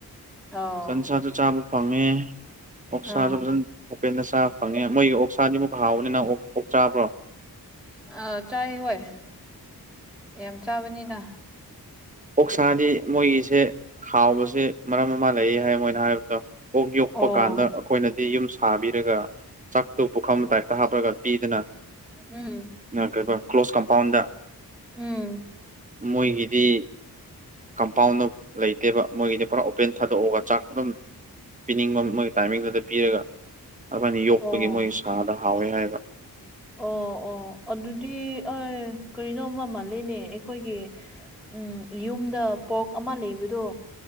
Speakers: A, in the centre; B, on the right.
A: ꯑꯣ
B: ꯁꯟꯁꯥꯁꯨ ꯆꯥꯕ ꯐꯪꯉꯦ ꯑꯣꯛꯁꯥꯁꯨ
A: ꯑꯥ
B: ꯐꯖꯅ ꯍꯣꯄꯦꯟꯗ ꯆꯥꯕ ꯐꯪꯉꯦ ꯃꯣꯏꯒꯤ ꯑꯣꯛꯁꯥꯗꯤ ꯑꯃꯨꯛ ꯍꯥꯎꯕꯅꯤꯅ ꯑ‌ꯣꯛ ꯆꯥꯕ꯭ꯔꯣ
A: ꯑ ꯆꯥꯏ ꯍꯣꯏ ꯌꯥꯝ ꯆꯥꯕꯅꯤꯅ
B: ꯑꯣꯛꯁꯥꯗꯤ ꯃꯣꯏꯒꯤꯁꯦ ꯍꯥꯎꯕꯁꯦ ꯃꯔꯝ ꯑꯃ ꯂꯩꯌꯦ ꯍꯥꯏ ꯃꯣꯏꯅ ꯍꯥꯏꯕꯗꯣ ꯑꯣꯛ ꯌꯣꯛꯄ
A: ꯑꯣ
B: ꯀꯥꯟꯗ ꯑꯩꯈꯣꯏꯅꯗꯤ ꯌꯨꯝ ꯁꯥꯕꯤꯔꯒ ꯆꯥꯛꯇꯨ ꯄꯨꯈꯝ ꯇꯥꯏꯞꯇ ꯍꯥꯞꯄꯒ ꯄꯤꯗꯅ
A: ꯎꯝ
B: ꯀꯩ ꯀ꯭ꯂꯣꯁ ꯀꯝꯄꯥꯎꯟꯗ
A: ꯎꯝ
B: ꯃꯣꯏꯒꯤꯗꯤ ꯀꯝꯄꯥꯎꯟꯗ ꯂꯩꯇꯦꯕ ꯃꯣꯏꯒꯤꯗꯤ ꯄꯨꯔꯥ ꯑꯣꯄꯦꯟ ꯊꯥꯗꯣꯛꯑꯒ ꯆꯥꯛ ꯑꯗꯨꯝ ꯄꯤꯅꯤꯡꯕ ꯃꯣꯏꯒꯤ ꯇꯥꯏꯃꯤꯡꯗꯨꯗ ꯄꯤꯔꯒ ꯑꯩꯃꯥꯏꯅ ꯌꯣꯛꯄꯒꯤ
A: ꯑꯣ
B: ꯃꯣꯏꯒꯤ ꯁꯥꯗ ꯍꯥꯎꯋꯦ ꯍꯥꯏꯕ
A: ꯑꯣ ꯑꯣ ꯑꯗꯨꯗꯤ ꯀꯔꯤꯅꯣꯃ ꯃꯥꯜꯂꯤꯅꯦ ꯑꯩꯈꯣꯏꯒꯤ ꯎꯝ ꯌꯨꯝꯗ ꯄꯣꯛ ꯑꯃ ꯂꯩꯕꯗꯣ